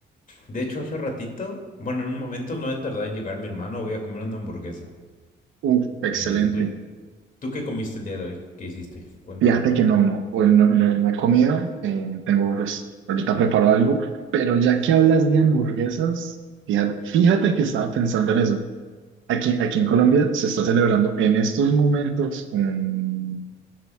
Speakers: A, on the left; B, on the right.
A: De hecho, hace ratito, bueno, en un momento no he tardado en llegar mi hermano, voy a comer una hamburguesa.
B: Uf, excelente.
A: Eh, ¿tú, tú qué comiste el día de hoy? ¿Qué hiciste? Cuéntame.
B: Fíjate que no, no, hoy no, no- no he comido, eh, tengo, pues, ahorita preparo algo, pero ya que hablas de hamburguesas, fíjate, fíjate que estaba pensando en eso. Aquí, aquí en Colombia se está celebrando en estos momentos un,